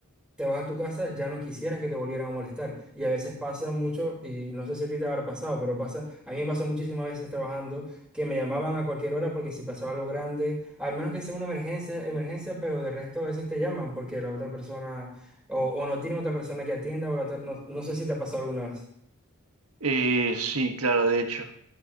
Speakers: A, in the centre; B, on the right.
A: te vas a tu casa, ya no quisieras que te volvieran a molestar. Y a veces pasa mucho, y no sé si a ti te habrá pasado, pero pasa, a mí me pasó muchísimas veces trabajando que me llamaban a cualquier hora porque si pasaba algo grande, al menos que sea una emergencia, emergencia, pero de resto a veces te llaman porque la otra persona, o, o no tiene otra persona que atienda, o la otra- no, no sé si te ha pasado alguna vez.
B: Eh, sí, claro, de hecho.